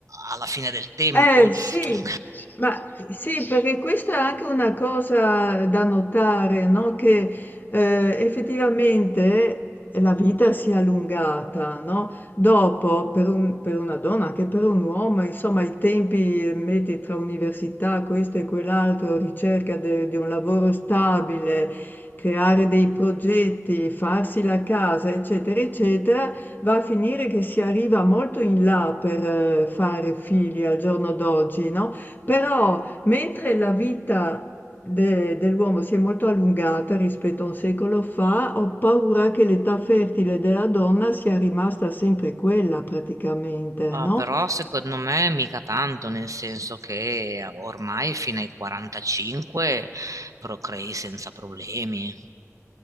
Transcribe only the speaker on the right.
alla fine del tempo.
<laughs> ok?
Ah,
però secondo me mica tanto, nel senso che ormai fino ai 45 procrei senza problemi.